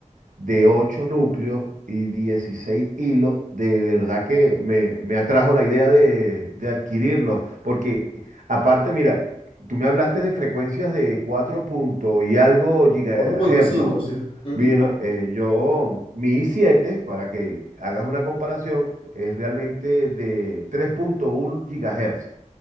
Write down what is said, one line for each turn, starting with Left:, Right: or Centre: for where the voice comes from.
Right: de 8 núcleos y 16 hilos, de verdad que me, me atrajo la idea de, de adquirirlo, porque aparte, mira, tú me hablaste de frecuencias de 4 punto y algo gigahertz,
Left: cuatro punto cinco
Right: ¿no?
Left: sí. Ujú.
Right: Mira, eh, yo, mi i7, para que hagas una comparación, es realmente de tres punto uno gigahertz.